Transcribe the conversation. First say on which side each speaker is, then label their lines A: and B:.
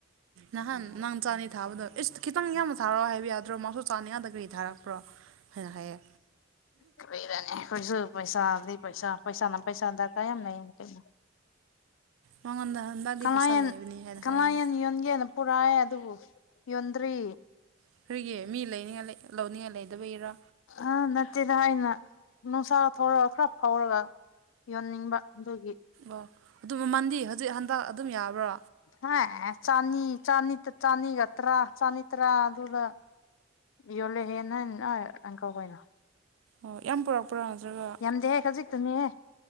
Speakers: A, on the right (about 85°); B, on the left (about 75°).
A: ꯅꯍꯥꯟ ꯅꯪ ꯆꯥꯅꯤ ꯊꯥꯕꯗꯣ ꯏꯁ ꯈꯤꯇꯪ ꯌꯥꯝꯅ ꯊꯥꯔꯛꯑꯣ ꯍꯥꯏꯕ ꯌꯥꯗ꯭ꯔꯣ ꯃꯥꯁꯨ ꯆꯥꯅꯤ ꯉꯥꯛꯇ ꯀꯔꯤ ꯊꯥꯔꯛꯄ꯭ꯔꯣ ꯍꯥꯏꯅ ꯍꯥꯏꯌꯦ
B: ꯀꯔꯤꯔꯅꯦ <inaudible> ꯄꯩꯁꯥ ꯑꯗꯤ ꯄꯩꯁꯥ ꯄꯩꯁꯥꯅ ꯄꯩꯁꯥ ꯗꯔꯀꯥ ꯌꯥꯝ ꯂꯩꯌꯦ ꯀꯩꯅꯣ
A: ꯃꯉꯣꯟꯗ <inaudible>
B: ꯀꯪꯂꯥꯌꯦꯟ
A: ꯂꯩꯕꯅꯤ ꯍꯥꯏꯅ
B: ꯀꯪꯂꯥꯌꯦꯟ
A: ꯍꯥꯏꯔꯅꯤ
B: ꯌꯣꯟꯒꯦꯅ ꯄꯨꯔꯑ ꯑꯗꯨꯕꯨ ꯌꯣꯟꯗ꯭ꯔꯤ
A: ꯑꯩꯈꯣꯏꯒꯤ ꯃꯤ ꯂꯩꯅꯤꯡꯉꯥꯏ ꯂꯧꯅꯤꯡꯉꯥꯏ ꯂꯩꯗꯕꯩꯔꯥ
B: ꯑ ꯅꯠꯇꯦꯗ ꯍꯥꯏꯅ ꯅꯨꯡꯁꯥ ꯊꯧꯔꯒ ꯈꯔ ꯐꯥꯎꯔꯒ ꯌꯣꯟꯅꯤꯡꯕ ꯑꯗꯨꯒꯤ
A: ꯑꯣ ꯑꯗꯨ ꯃꯟꯗꯤ ꯍꯧꯖꯤꯛ ꯍꯟꯗꯛ ꯑꯗꯨꯝ ꯌꯥꯕ꯭ꯔꯣ
B: ꯍꯥ ꯆꯅꯤ ꯆꯅꯤ ꯇ ꯆꯥꯟꯅꯤꯒꯠꯇ꯭ꯔ ꯆꯅꯤ ꯇ꯭ꯔ ꯑꯗꯨꯒ ꯌꯣꯜꯂꯦ ꯍꯦꯟꯅ ꯑꯪꯀꯈꯣꯏꯅꯣ
A: ꯑꯣ ꯌꯥꯝ ꯄꯨꯔꯛꯄ <unintelligible>
B: ꯌꯥꯝꯗꯦꯍꯦ ꯈꯖꯤꯛꯇꯅꯤꯍꯦ